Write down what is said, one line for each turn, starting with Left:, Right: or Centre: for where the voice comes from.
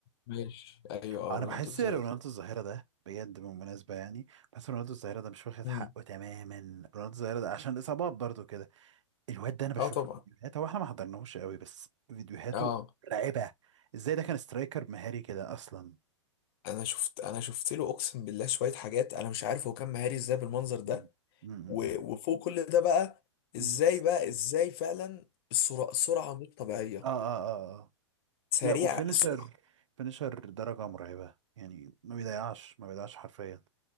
Left: ماشي ايوه اه
Right: آه، انا
Left: رونالدو
Right: بحس
Left: الظاهر
Right: رونالدو الظاهرة ده بجد بالمناسبة يعني بس رونالدو الظاهرة ده مش واخد
Left: امم
Right: حقه تماما رونالدو الظاهرة ده عشان الاصابات برضو كده الواد ده انا بشوف
Left: اه طبعا
Right: له فيديوهات هو احنا ما حضرناهوش قوي بس فيديوهاته
Left: اه
Right: مرعبة ازاي ده كان سترايكر مهاري كده اصلا
Left: انا شفت انا شفت له اقسم بالله شويه حاجات انا مش عارف هو كان مهاري ازاي بالمنظر ده
Right: مم. مم.
Left: و- وفوق كل ده بقى ازاي
Right: مم.
Left: بقى ازاي فعلا السرعه سرعه مش طبيعيه
Right: اه اه اه اه
Left: سريع
Right: لا وفينيشر
Left: سرعه
Right: فينيشر درجة مرعبة يعني ما بيضيعش ما بيضيعش حرفيا